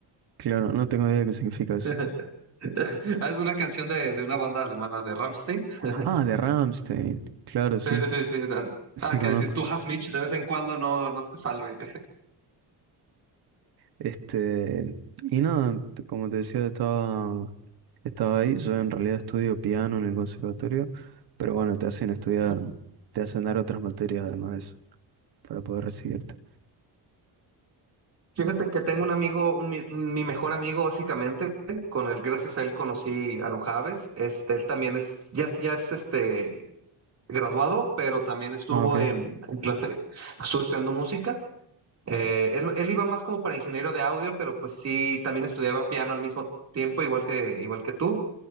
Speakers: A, on the right; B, on the right.
A: Claro, no tengo idea de qué significa eso.
B: <laughs> <laughs> Es una canción de, de una banda alemana de Rammstein. <laughs>
A: Ah, de Rammstein. Claro, sí,
B: Sí, sí, sí. Dan.
A: sí
B: Ah, que
A: conozco.
B: decir, tú has Mitch, de vez en cuando no, no te salve.
A: Este, y nada, t- como te decía, estaba, estaba ahí. Yo en realidad estudio piano en el conservatorio, pero bueno, te hacen estudiar,
B: <laughs>
A: te hacen dar otras materias además de eso, para poder recibirte.
B: Fíjate que tengo un amigo, un mi, mi mejor amigo básicamente, con el gracias a él conocí a Nujaves. Este, él también es, ya, es- ya es este graduado, pero también estuvo
A: Ah, ok.
B: en, en clase- estuvo estudiando música. Eh, él, él iba más como para ingeniero de audio, pero pues sí, también estudiaba piano al mismo tiempo, igual que, igual que tú.